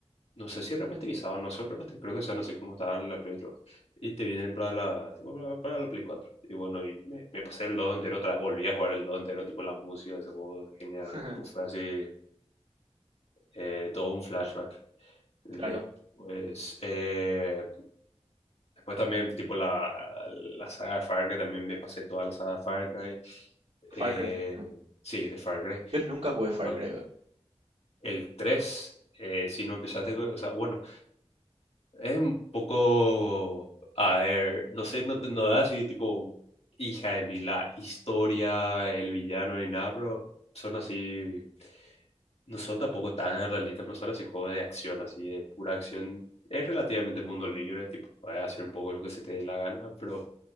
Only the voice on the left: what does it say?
no sé si remasterizados, no son remasterizados, creo que son así como estaban en la Play y te vienen para la, tipo, para, para la Play cuatro Y bueno, y me, me pasé el 2 entero otra vez, volví a jugar el 2 entero, tipo la música de ese juego, genial,
tipo fue así, eh, todo un flashback. Después,
eh, después también, tipo la, la saga de Far Cry, también me pasé toda la saga de Far Cry.
Eh,
sí, de Far Cry.
El,
el 3, eh, si no empezaste, con- o sea, bueno, Es un poco, a ver, no sé, no, te- no da así tipo hija de mí la historia, el villano ni nada, pero son así, no son tampoco tan realistas, pero son así juegos de acción, así de pura acción. Es relativamente mundo libre, tipo, puedes hacer un poco lo que se te dé la gana, pero